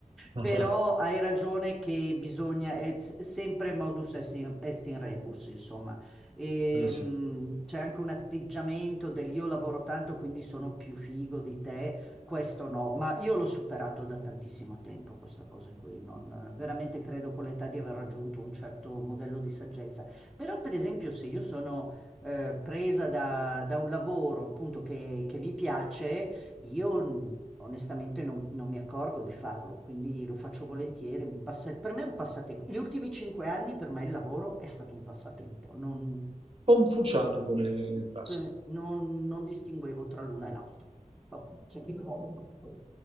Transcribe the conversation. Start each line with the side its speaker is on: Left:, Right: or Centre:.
Right: <laughs>
Centre: però
Right: Ah,
Centre: hai ragione che bisogna, è s- sempre modus est in, est in rebus, insomma. Ehm,
Right: ah, eh sì,
Centre: c'è anche un atteggiamento del io lavoro tanto, quindi sono più figo di te questo no, ma io l'ho superato da tantissimo tempo, questa cosa qui. Non, veramente credo con l'età di aver raggiunto un certo modello di saggezza. Però, per esempio, se io sono eh, presa da, da un lavoro appunto che, che mi piace, io mh, onestamente non, non mi accorgo di farlo, quindi lo faccio volentieri. mi passa- per me è un passatempo. Gli ultimi cinque anni per me il lavoro è stato un passatempo. Non...
Right: confuciana come frase.
Centre: Cioè, non, non distinguevo tra l'una e l'altra. Vabbè, c'è chi vuole.